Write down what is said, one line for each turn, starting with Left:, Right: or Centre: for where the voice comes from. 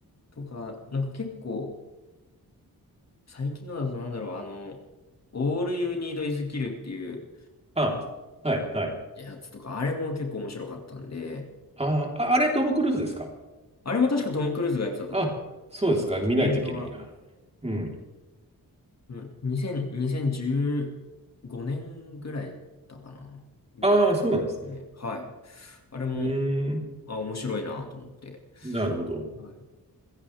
Left: とか、なんか結構、最近のだとなんだろう、あの、All You Need Is Kill っていう、
Right: あ、はい、はい。
Left: やつとか、あれも結構面白かったんで、
Right: あー、あ、あれトム・クルーズですか
Left: あれも確かトム・クルーズがやってたと思う
Right: あ、そうですか。見ないといけないな。
Left: 映画は、
Right: うん。
Left: うん、2000、2015年ぐらいだったかな、にやっ
Right: ああ、そうなんですね。
Left: て、はい。あれも、
Right: うーん。
Left: あ、面白いなと思って。
Right: なるほど。
Left: はい。